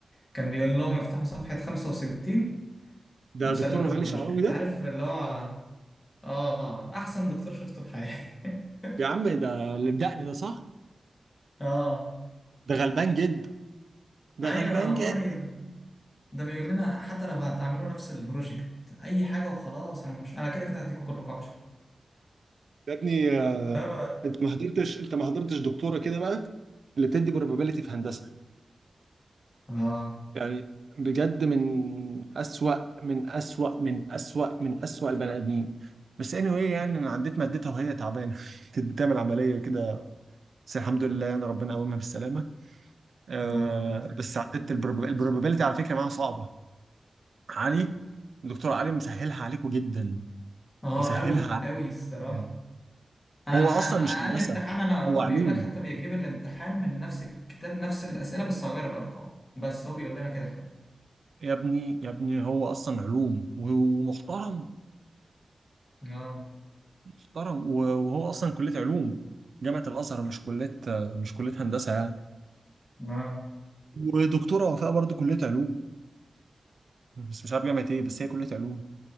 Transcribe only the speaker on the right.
ده
دكتور
غالي شعراوي ده
يا عم ده اللي بدقني ده صح
ده غلبان جد ده
غلبان
جد
يا ابني آه،
انت ما حضرتش انت ما حضرتش دكتوره كده بقى اللي بتدي probability في هندسه
يعني بجد من أسوأ من أسوأ من أسوأ من أسوأ البني آدمين بس anyway يعني أنا عديت مادتها وهي تعبانة <laughs> كانت بتعمل عملية كده بس الحمد لله يعني ربنا قومها بالسلامه آه
بس عدت البروبابيلتي على فكره معاها صعبه علي الدكتور علي مسهلها عليكم جدا
مسهلها
عليكم
جدا
هو اصلا
مش هندسه
هو
علوم
يا ابني يا ابني هو اصلا علوم ومحترم
محترم وهو اصلا كليه علوم جامعه الازهر مش كليه مش كليه هندسه يعني
ودكتوره وفاء برضه كليه علوم بس مش عارف جامعه ايه بس هي كليه علوم